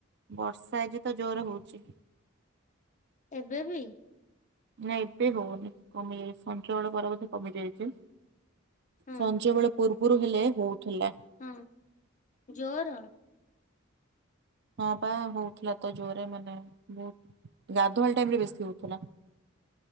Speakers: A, on the right; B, on the left.
A: ବର୍ଷା ଏଜି ତ ଜୋର ହଉଛି।
B: ଏବେ ବି?
A: ନା ଏବେ ହଉନି କମିଯାଇଛି ସଞ୍ଜ ପରବର୍ତ୍ତୀ କମି ଯାଇଛି।
B: ହଁ
A: ସଞ୍ଜ ବେଳେ ପୂର୍ବରୁ ହେଲେ ହଉଥିଲା।
B: ହଁ ଜୋର
A: ହଁ ପା ହଉଥିଲା ତ ଜୋରେ ମାନେ ବହୁତ ଗାଧୁଆବେଳ ଟାଇମରେ ବେଶୀ ହଉଥିଲା।